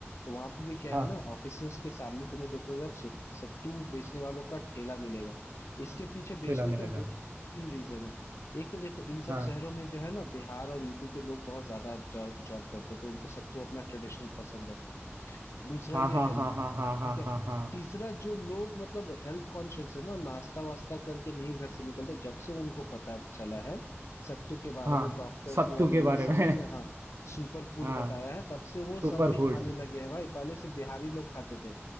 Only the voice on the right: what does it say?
हाँ
ठेला
मिलेगा
हाँ
हाँ
हाँ
हाँ हाँ
हाँ हाँ
हाँ हाँ
हाँ
सत्तू
के
बारे
में
<laughs>
हाँ
Super
food